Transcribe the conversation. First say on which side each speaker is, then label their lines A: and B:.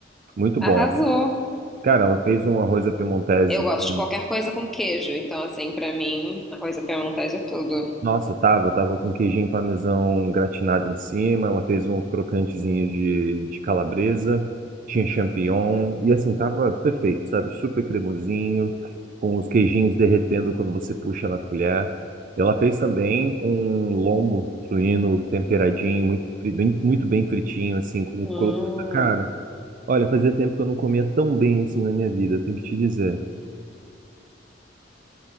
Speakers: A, on the right (about 45°); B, in the centre.
A: Muito bom.
B: Arrasou.
A: Cara, ela fez um arroz à piemontese
B: Eu gosto
A: com
B: de qualquer coisa com queijo, então assim, pra mim, arroz à piemontese é tudo.
A: Nossa, tava, tava com queijinho parmesão gratinado em cima, ela fez uns crocantezinhos de, de calabresa, tinha champignon, e assim, tava perfeito, sabe? Super cremosinho, com os queijinhos derretendo quando você puxa na colher. Ela fez também um lombo suíno temperadinho, muito, fri- bem- muito bem fritinho, assim, com
B: Hum.
A: crosta. Cara, olha, fazia tempo que eu não comia tão bem assim na minha vida, tenho que te dizer.